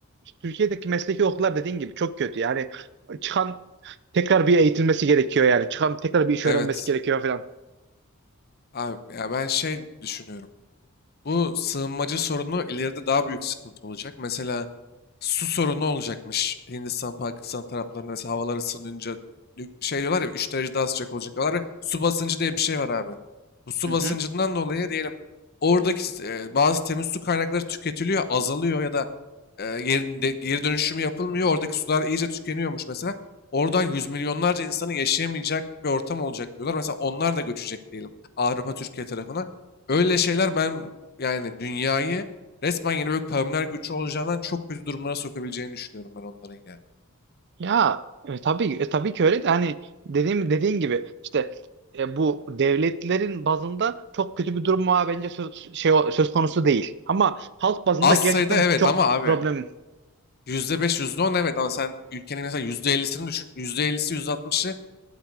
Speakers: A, on the right; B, on the left.
A: Türkiye'deki mesleki okullar dediğin gibi çok kötü. Yani çıkan tekrar bir eğitilmesi gerekiyor yani. Çıkan tekrar bir iş
B: Evet.
A: öğrenmesi gerekiyor falan.
B: Abi ya ben şey düşünüyorum. Bu sığınmacı sorunu ileride daha büyük sıkıntı olacak. Mesela su sorunu olacakmış. Hindistan, Pakistan taraflarında mesela havalar ısınınca nük- şey diyorlar ya 3 derece daha sıcak olacak diyorlar. ya, Su basıncı diye bir şey var abi. Bu su
A: Hı hı.
B: basıncından dolayı diyelim oradaki e, bazı temiz su kaynakları tüketiliyor, azalıyor ya da e, geri, de- geri dönüşümü yapılmıyor. Oradaki sular iyice tükeniyormuş mesela. Oradan yüz milyonlarca insanın yaşayamayacak bir ortam olacak diyorlar. Mesela onlar da göçecek diyelim Avrupa, Türkiye tarafına. Öyle şeyler ben yani dünyayı resmen yeni böyle kavimler göçü olacağından çok kötü durumlara sokabileceğini düşünüyorum ben onların ya.
A: Ya e, tabii e, tabii ki öyle de hani dediğim dediğin gibi işte e, bu devletlerin bazında çok kötü bir durum var bence söz şey söz konusu değil. Ama halk bazında
B: Az
A: gerçekten
B: sayıda evet
A: çok
B: ama abi
A: problem
B: yüzde beş yüzde on evet ama sen ülkenin mesela yüzde elli'sini düşün. yüzde elli'si yüzde altmışı